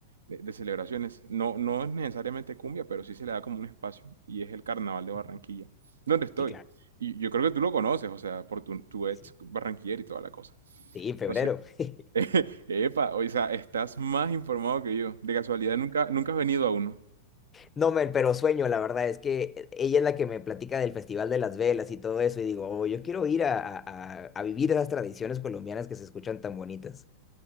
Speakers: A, on the right (about 80°); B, on the left (about 20°).
A: de- de celebraciones. No, no es necesariamente cumbia, pero sí se le da como un espacio y es el Carnaval
B: <laughs>
A: de Barranquilla,
B: Ujú.
A: donde estoy.
B: Sí, claro.
A: Y yo creo que tú lo conoces, o sea, por tu, tu
B: Sí,
A: ex
B: sí.
A: barranquillero y toda la cosa.
B: Sí, en febrero.
A: Entonces,
B: <laughs>
A: <laughs> epa, o sea, estás más informado que yo. De casualidad, nunca, nunca has venido a uno.
B: No, men, pero sueño, la verdad, es que ella es la que me platica del Festival de las Velas y todo eso, y digo, oh, yo quiero ir a, a- a- a vivir esas tradiciones colombianas que se escuchan tan bonitas.